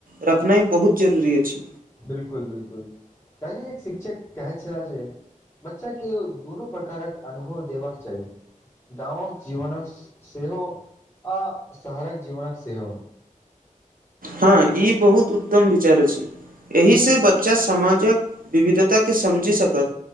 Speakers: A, on the right; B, on the left.
A: राखनाइ बहुत जरूरी अछि।
B: बिल्कुल बिल्कुल कहली एक शिक्षक कहै छला जे बच्चा के दुनू प्रकारक अनुभव देबक चाही गाँवक जीवनक सेहो आ शहरक जीवनक सेहो
A: हँ ई बहुत उत्तम विचार अछि एहि सँ बच्चा समाजक विविधताके बुझि सकत।